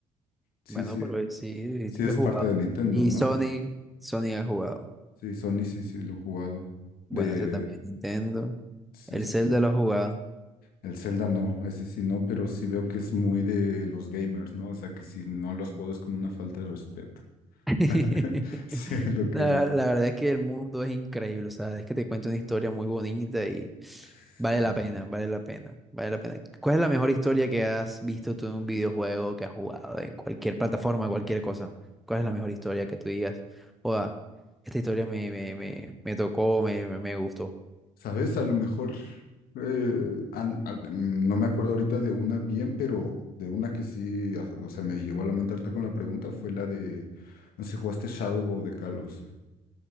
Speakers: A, on the left; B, in the centre.
A: Sí,
B: Bueno,
A: sí,
B: pero sí, dijiste
A: sí
B: que
A: es
B: has jugado.
A: parte de Nintendo,
B: Y
A: ¿no?
B: Sony, Sony ha jugado.
A: Sí, Sony, sí, sí, lo he jugado.
B: Bueno,
A: De,
B: ese también, Nintendo.
A: sí,
B: El
A: sí.
B: Zelda
A: sí.
B: lo ha jugado.
A: El Zelda no, ese sí no, pero sí veo que es muy de los gamers, ¿no? O sea, que si no los juego es como una falta de respeto. <laughs>
B: <laughs>
A: Sí, es lo que
B: La,
A: he visto.
B: la verdad es que el mundo es increíble, o sea, es que te cuento una historia muy bonita y
A: Sí.
B: vale la pena, vale la pena, vale la pena. ¿Cuál es la mejor historia que has visto tú en un videojuego, que has jugado en cualquier plataforma, cualquier cosa? ¿Cuál es la mejor historia que tú digas? Oda, esta historia me, me, me, me tocó, me, me, me gustó.
A: ¿Sabes? A lo mejor, eh, an- al- mm, no me acuerdo ahorita de una bien, pero de una que sí, a- o sea, me llegó a lamentarte con la pregunta, fue la de, no sé si jugaste Shadow of the Colossus.